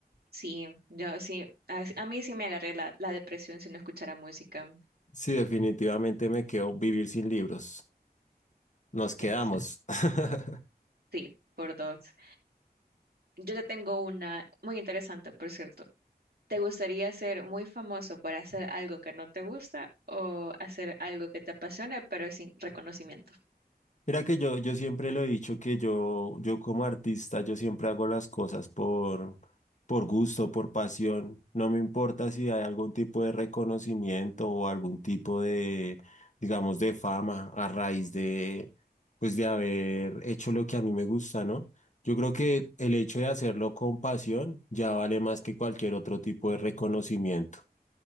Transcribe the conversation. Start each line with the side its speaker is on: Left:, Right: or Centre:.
Right: Sí, yo sí, a, a mí sí me agarré la, la depresión si no escuchara música.
Left: Sí, definitivamente me quedo vivir sin libros. Nos quedamos.
Right: Exacto.
Left: <laughs>
Right: Sí, por dos. Yo te tengo una muy interesante, por cierto. ¿Te gustaría ser muy famoso por hacer algo que no te gusta o hacer algo que te apasione pero sin reconocimiento?
Left: Mira que yo, yo siempre lo he dicho que yo, yo como artista, yo siempre hago las cosas por, por gusto, por pasión. No me importa si hay algún tipo de reconocimiento o algún tipo de, digamos, de fama a raíz de, pues de haber hecho lo que a mí me gusta, ¿no? Yo creo que el hecho de hacerlo con pasión ya vale más que cualquier otro tipo de reconocimiento.